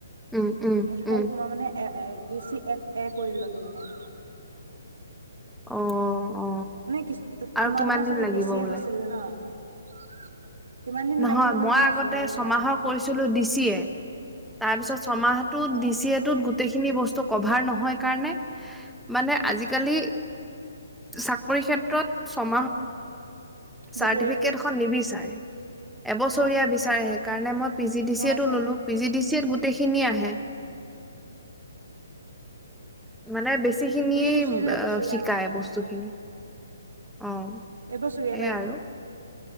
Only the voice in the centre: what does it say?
উম উম
উম
অ'। অ
আৰু
কিমান দিন
লাগিব
বোলে
নহয়,
মই আগতে
ছমাহৰ
কৰিছিলোঁ ডিচিয়ে। তাৰপিছত ছমাহটোত
ডিচিএ টোত <unintelligible> গোটেইখিনি বস্তু কভাৰ নহয় কাৰণে মানে, আজিকালি <unintelligible> চাৰ্টিফিকেটখন
নিবিচাৰে। <inaudible> এবছৰীয়া
বিচাৰে সেইকাৰণে মই পি জি ডি
চি
এ টো ললো।
পি জি ডি <unintelligible> গোটেইখিনিয়ে আহে। মানে বেছি গোটে খিনিয়ে
ব
শিকায়,
বস্তুখিনি। অ',
সেৱা
আৰু।